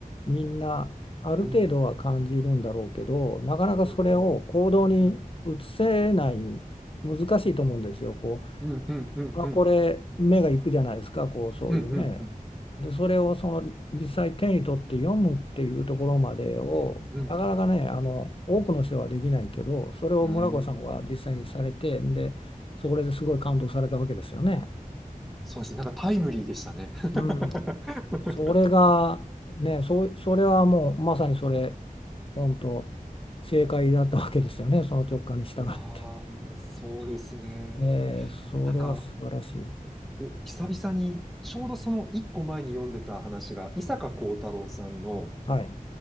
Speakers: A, on the left; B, in the centre.
A: みんなある程度は感じるんだろうけどなかなかそれを行動に移せない
B: うん、うん、うん、うん、うん、
A: 難しいと思うんですよ。こ
B: うん、うん、うん、うん、
A: うあこれ目が行くじゃないですかこうそういうね。
B: うん、うん、うん、
A: でそれをその実際手に取って読むっていうところまでをなかなかねあの多くの人はできないけどそれを村子さんは実際にされてでそれですごい感動されたわけですよね。
B: うん、うん。そうですね。なんかタイムリーでしたね。<laughs>
A: うんそれがね、そ、それはもうまさにそれ、本当正解だったわけですよね、<laughs> その直感に従って。
B: いやー、そうですね。
A: えーそれは素晴らしい。
B: なんか、お、久々に、ちょうどその一個前に読んでた話が、伊坂幸太郎さんの、
A: はい。